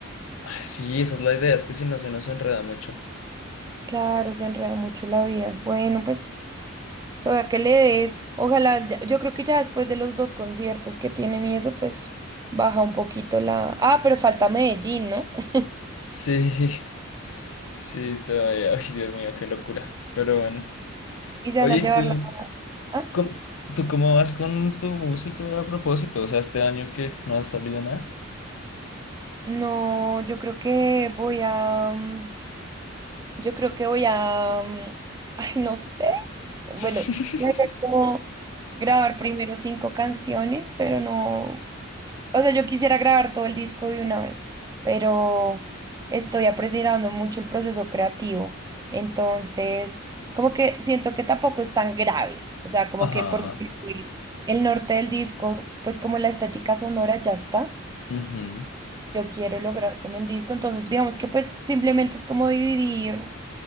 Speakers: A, on the left (about 85°); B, on the right (about 20°).
A: Ah, Sí, esa es la idea, es que si no se nos enreda mucho.
B: Claro, se enreda mucho la vida. Bueno, pues. Toda que le des. Ojalá, ya- yo creo que ya después de los dos conciertos que tienen y eso, pues baja un poquito la. Ah, pero falta Medellín, ¿no? <laughs>
A: Sí, <laughs> sí, todavía. Ay, Dios mío, qué locura. Pero bueno.
B: Y se
A: Oye,
B: van a
A: ¿y
B: llevar
A: tú,
B: la. Ah,
A: cómo, tú cómo vas con tu música a propósito? O sea, este año que no ha salido nada.
B: No, yo creo que voy a. mm, Yo creo que voy a. mm, <laughs> Ay, no sé. Bueno,
A: <laughs>
B: la idea es como grabar primero cinco canciones, pero no. O sea, yo quisiera grabar todo el disco de una vez, pero estoy apreciando mucho el proceso creativo. Entonces, como que siento que tampoco es tan grave. O sea, como
A: Ajá.
B: que porque el norte del disco, pues como la estética sonora ya está,
A: ujú,
B: yo quiero lograr con el disco. Entonces, digamos que pues simplemente es como dividir.